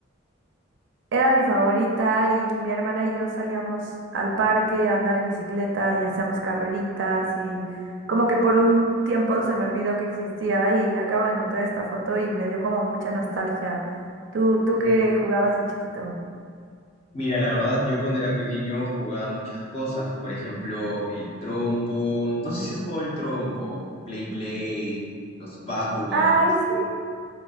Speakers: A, on the right; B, on the left.
A: Era mi favorita y mi hermana y yo salíamos al parque a andar en bicicleta y hacíamos carreritas y como que por un tiempo se me olvidó que existía y acabo de encontrar esta foto y me dio como mucha nostalgia. ¿Tú, tú
B: o-
A: qué jugabas de chiquito?
B: Mira, la verdad, yo cuando era pequeño jugaba muchas cosas, por ejemplo, el trompo. No sé si has jugado el trompo, Play Play, los Bakugans.
A: Ay, sí.